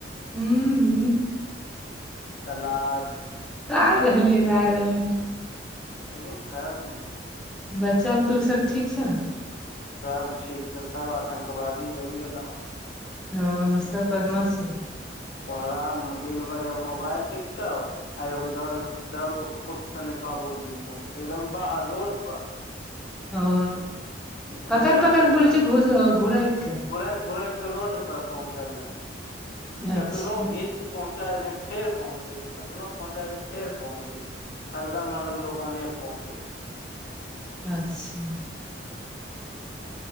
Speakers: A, in the centre; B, on the left (about 55°).
A: हू- हू।
B: सलाद।
A: तऽ आइ रहलियै ना आ रहल।
B: ओ तऽ बोल।
A: बच्चा बुतरु सब ठीक छौ?
B: सब ठीक छै, सब आतंकवादी बनि गेलो हँ।
A: ओ सब बदमाशी।
B: कह दिन भरि एगो मोबाइल टिकटॉप। आ एगो दौड़, दौड़ फुट सने बाबूजी के लग पहुँच जेते, एकदम बाहर रोड पर।
A: ओ
B: घुरकल
A: पकइर पकइर
B: घुरकल
A: बोलै छै, घ घोड़ा एक <unintelligible>
B: घुरै -घुरै के रोड पर पहुँचल रहै छै,
A: अच्छा
B: केतनो भीत पहुँचा दे फेर पहुँच जेत, कतनो पहुँचाए दे फेर पहुँच जेत। हरदम -हरदम दोकाने पहुँचे छै।
A: अच्छा!